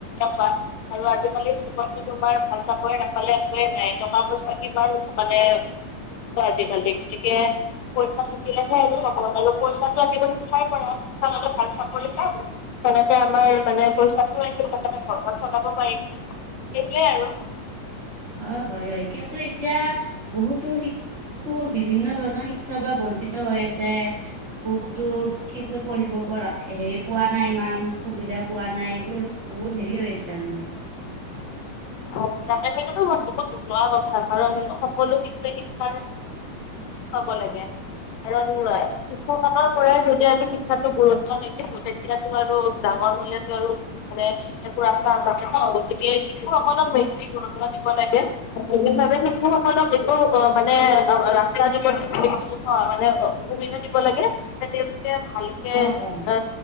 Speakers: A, on the left; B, on the right.
A: পোৱা আৰু। আজিকালি যগত তোমাৰ ভাল চাকৰি নাপালে একোৱেই নাই টকা পইচা কিমান মানে আজিকালি গতিকে পইচা থাকিলেহে এইটো হব ন পইচাটো আনিবই পাৰে। আৰু শিক্ষাললে ভাল চাকৰি পাল তেনেকতো আমাৰ মানে পইচাটো আহ তেনে ঘৰখন চলাব পাৰিম। সেইটোৱে আৰু।
B: অ হয় হয় কিন্তু এতিয়া। বহুতো শিশু বিভিন্ন ধৰণৰ শিক্ষাৰ পৰা বঞ্চিত হৈ আছে। বহুতো শিশুৱে পঢ়িব পৰা হেৰি পোৱা নাই ইমান সুবিধা পোৱা নাই এইবোৰ বহুত হেৰি হৈ আছে মানে।
A: অ তাকে সেইটোতো ই বহুত দুখ লোৱা কথা কাৰণ সকলো শিক্ষাৰ পাব লাগে। কাৰণ শিহু সকলৰ পৰাই যদি আমি শিক্ষাতো গুৰুত্ব নিদিছো তেতিয়াটো আৰু ডাঙৰ মূল্য়তটো আৰু মানে পুৰা চা নাথাকে ন গতিকে। শিশু সকলক ব্যত্তিক গুৰুতা দিব লাগে, বিশেষভাৱে শিশু সকলক একটো মানে ৰাস্তা দিব মানে সুবিধা দিব লাগে যাতে ভালকে
B: অ অ
A: এ